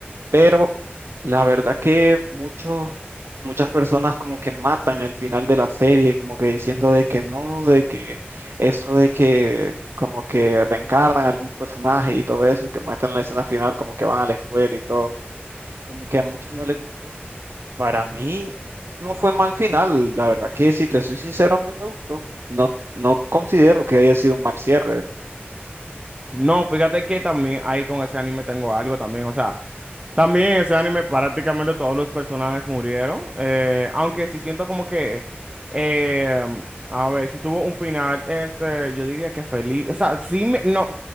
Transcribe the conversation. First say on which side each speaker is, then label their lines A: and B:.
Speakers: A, on the right; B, on the right.
A: pero la verdad que muchos, muchas personas como que matan el final de la serie, como que diciendo de que no, de que eso de que como que reencarnan a algún personaje y todo eso, que muestran la escena final como que van a la escuela y todo, como que a muchos no les gustó. Para mí no fue mal final, la verdad que si te soy sincero, a mí me gustó. No, no considero que haya sido un mal cierre.
B: No, fíjate que también ahí con ese anime tengo algo también, o sea. También en ese anime prácticamente todos los personajes murieron, eh, aunque
A: Sí,
B: sí
A: sí,
B: siento como que, eh, a ver, si tuvo un final, este, yo diría que feliz, o sea, sí, me- no,